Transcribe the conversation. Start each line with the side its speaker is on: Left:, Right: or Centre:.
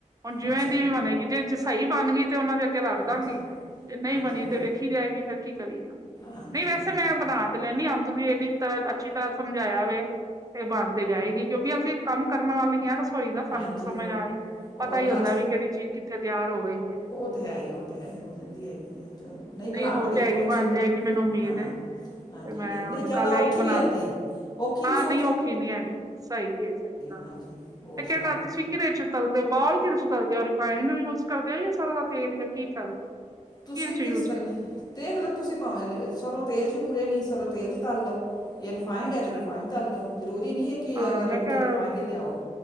Right: ਹੁਣ ਜਿਵੇਂ
Left: ਅੱਛਾ
Right: ਦੀ
Left: ਜੀ
Right: ਵੀ ਬਣੇਗੀ ਜੇ ਸਹੀ ਬਣ ਗਈ ਤੇ ਉਹਨਾਂ ਦੇ ਅੱਗੇ ਰੱਖ
Left: ਹਾਂਜੀ
Right: ਦਾਂਗੀ। ਜੇ ਨਹੀਂ
Left: ਹਾਂਜੀ
Right: ਬਣੀ
Left: ਹਾਂਜੀ
Right: ਤੇ ਵੇਖੀ ਜਾਏਗੀ ਫਿਰ ਕੀ ਕਰੀਏ।
Left: ਹਾਂਜੀ
Right: ਨਹੀ ਵੈਸੇ
Left: ਹਾਂਜੀ
Right: ਮੈਂ ਬਣਾ ਤੇ ਲੈਣੀ। ਹੁਣ ਤੁਸੀਂ ਇੰਨੀ ਤਰ੍ਹਾਂ ਅੱਛੀ ਤਰ੍ਹਾਂ ਸਮਝਾਇਆ ਵੇ। ਤੇ ਬਣ ਤੇ ਜਾਏਗੀ, ਕਿਉਂਕਿ ਅਸੀਂ ਕੰਮ ਕਰਨ ਵਾਲੀ ਆ, ਰਸੋਈ ਦਾ ਸਾਨੂੰ
Left: ਹਾਂਜੀ
Right: ਤੇ ਸਮਝ
Left: ਹੋ
Right: ਆਏਗੀ।
Left: ਹੋਰ
Right: ਪਤਾ ਹੀ ਹੁੰਦਾ
Left: ਅੱਜ
Right: ਵੀ
Left: ਕ
Right: ਕਿਹੜੀ ਚੀਜ਼ ਕਿੱਥੇ ਤਿਆਰ ਹੋ ਗਈ ਏ।
Left: ਉਹ ਤਾਂ ਹੈ ਹੀ ਉਹ ਤਾਂ ਹੈ ਹੀ ਹੋ ਜਾਂਦੀ ਹੈਗੀ ਹੈ ਚਲੋ ਬਣਾ
Right: ਨਹੀਂ ਹੋ
Left: ਕੇ ਦੇਖੋ
Right: ਜਾਏਗੀ,
Left: ਅੱਛੀ
Right: ਬਣ ਜਾਏਗੀ ਮੈਨੂੰ ਉਮੀਦ
Left: ਹਾਂ
Right: ਏ।
Left: ਹਾਂਜੀ
Right: ਤੇ ਮੈਂ
Left: ਨਹੀਂ ਨਹੀਂ
Right: ਉਹਨੂੰ
Left: ਜ਼ਿਆਦਾ
Right: ਕੱਲ
Left: ਔਖੀ
Right: ਏਈ ਬਣਾਣਾ।
Left: ਵੀ ਹੈ ਨਹੀਂ ਔਖੀ
Right: ਹਾਂ
Left: ਨੀ ਸੌ-
Right: ਨਹੀਂ ਔਖੀ ਨੀ ਹੈਗੀ, ਸਹੀ ' <unintelligible> ' ਨਾਲ
Left: ਹਾਂਜੀ ਹੋਰ
Right: ਤੇ ਕਿਹੜਾ
Left: ਸੁਣਾਓ
Right: ਤੁਸੀਂ? ਘਰੇ 'ਚ' ਤਲਦੇ ਬੋਲ ਘਰੇ ਚ ਤਲਦੇ ਹੋ ਰਿਫਾਈਨ ਮਿਲ ਯੂਜ ਕਰਦੇ ਜਾਂ ਸਾਰੋ ਦਾ ਤੇਲ ਏ? ਕੀ ਚੱਲ, ਕਿਦੇ
Left: ਤੁਸੀਂ
Right: 'ਚ'
Left: ਕਿਸ
Right: ਯੂ? ਜ
Left: ਤਲ ਦੇਖ ਤੁਸੀਂ ਭਾਵੇਂ ਸਰੋਂ 'ਚ' ਬੁਰੇ ਨੀ ਸਰੋਂ ਤੇਲ 'ਚ' ਤਲ ਲੋ। ਜੇ ਰਿਫਾਈੰਡ
Right: ਅੱਛਾ
Left: ਏ ਤਾਂ ਰਿਫਾਈੰਡ ਤੱਲ ਲੋ, ਜ਼ਰੂਰੀ ਨਹੀਂ ਕਿ
Right: ਹਾਂ
Left: ਅਗਰ
Right: ਮੈਂ ਕਿਹਾ
Left: ਕਿ ਰਿਫਾਈੰਡ ਹੀ ਲਿਆਓ।